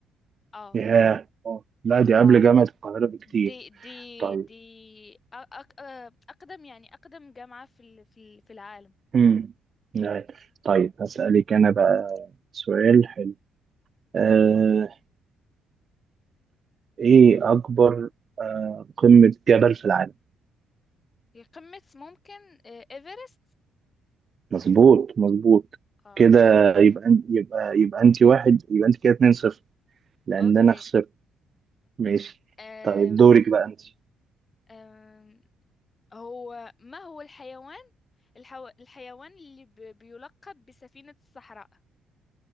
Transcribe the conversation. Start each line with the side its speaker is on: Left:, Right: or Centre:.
Left: اه
Right: ياه آه. لا دي قبل
Left: اه
Right: جامعة القاهرة بكتير
Left: دي دي
Right: طيب
Left: دي أ- أك أ- أقدم يعني أقدم جامعة في ال- في ال- في العالم
Right: امم لا. طيب هسألك أنا بقى سؤال حلو آه
Left: أوكي
Right: إيه أكبر آه قمة جبل في العالم؟
Left: هي قمة ممكن آه، إيفرست
Right: مظبوط مظبوط
Left: آه
Right: كده يبقى أن- يبقى يبقى أنت واحد يبقى أنت كده 2 0 لأن
Left: أوكي
Right: أنا خسرت ماشي
Left: أم
Right: طيب دورك بقى أنت
Left: أم هو ما هو الحيوان الحو... الحيوان اللي ب... بيلقب بسفينة الصحراء